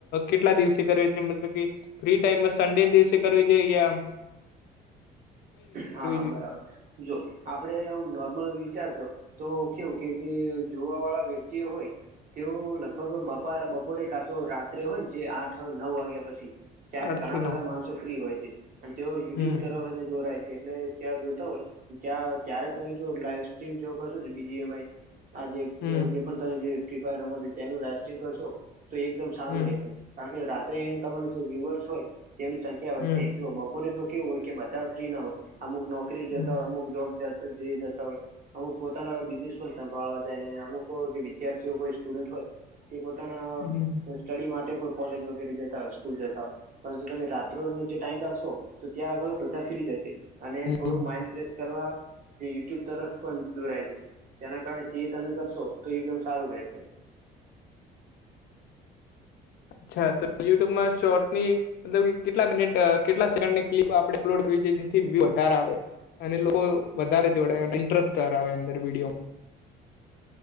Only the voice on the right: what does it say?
હા હા
બરાબર જો આપડે નોર્મલ વિચારશો તો કેવું કે જોવા વાળા વ્યક્તિઓ હોય. તેઓ લગભગ બપ બપોરે કા તો રાત્રે હોય ને જે આઠ નવ વાગ્યા પછી ત્યારે
ઘણા
બધા માણસો ફ્રી હોય છે અને તેઓ યુટ્યુબ
તરફ દોરાય છે એટલે ત્યાં જોતા હોય. ત્યાં ત્યારે તમે જો લાઈફ સ્ટ્રીમ જોવ કરશો જ બીજીએમ આઈ આ
જે પણ તમે ફ્રી ફાયર રમો તેનું લાઈવ <unintelligible> કરશો તો એકદમ સારું
રહેશે કારણ કે રાત્રે ત જે વ્યુઅર્સ હોય તેમની સંખ્યા વધશે
જો બપોરે તો કેવું હોય કે બધા ફ્રી ના હોય અમુક નોકરી જતા
હોય અમુક જોબ જતા હોય અમુક પોતાનો બિઝનેસ હોય સંભાળવા જાય ને અમુક જે વિદ્યાર્થીઓ કો સ્ટુડન્ટ હોય તે પોતાના
સ્ટડી માટે પણ કોલેજ વગેરે જતા હોય સ્કૂલ જતા હોય. પર જો તમે રાત્રોને જે ટાઈમ રાખશો તો ત્યાં આગળ બધા ફ્રી જશે અને થોડુંક
માઇન્ડ ફ્રેશ કરવા જે યુટ્યુબ તરફ પણ દોરાય છે. તેના કારણે તે તમે કરશો તો એકદમ સારું રહેશે.